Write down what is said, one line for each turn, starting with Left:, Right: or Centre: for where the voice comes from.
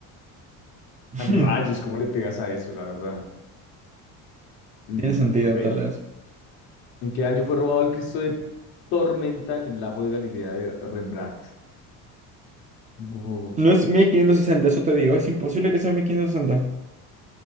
Right: <laughs>
Left: rayos, ¿cómo le pegas a eso, la verdad? Mm,
Right: Tiene sentido,
Left: ok.
Right: tal vez.
Left: ¿En qué año fue robado el Cristo de Tormenta en el lago de Galilea de Rembrandt? Bu-
Right: No es 1560, eso te digo. Es imposible que sea 1560.